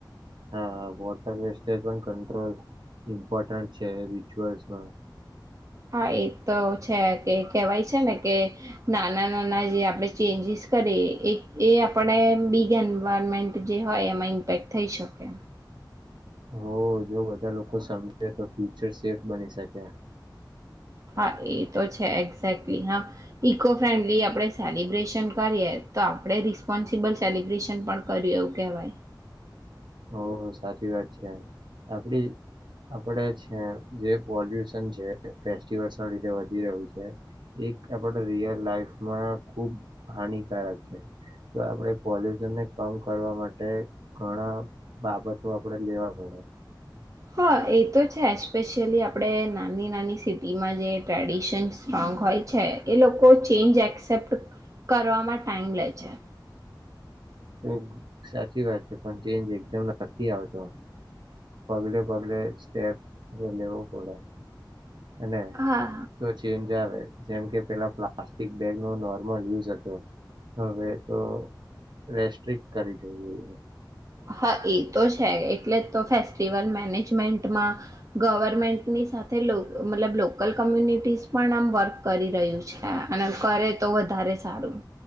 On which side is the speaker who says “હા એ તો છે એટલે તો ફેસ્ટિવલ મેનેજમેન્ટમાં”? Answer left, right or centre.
Right